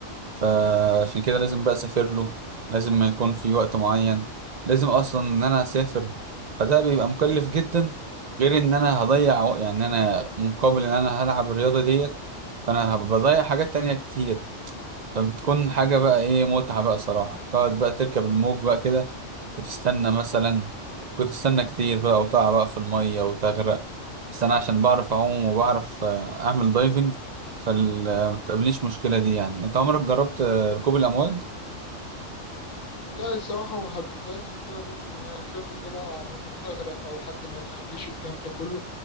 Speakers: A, on the right; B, on the left.
A: فعشان كده لازم بقى أسافر له لازم ما يكون في وقت معين لازم أصلا إن أنا أسافر فده بيبقى مكلف جدا غير إن أنا هضيع وق- يعني أنا مقابل إن أنا هلعب الرياضة ديت فأنا هبقى بضيع حاجات تانية كتير فبتكون حاجة بقى إيه متعة بقى صراحة تقعد بقى تركب الموج بقى كده وتستنى مثلا كنت استنى كتير بقى وتقع بقى في المية وتغرق بس انا عشان بعرف اعوم وبعرف آه، اعمل دايفنج فمتقابلنيش المشكلة دي يعني انت عمرك جربت آه، ركوب الامواج
B: لا الصراحه ما حبيتهاش لان انا ممكن اخاف ان انا أقع مثلا اغرق او حد ما يلحقنيش والكلام ده كله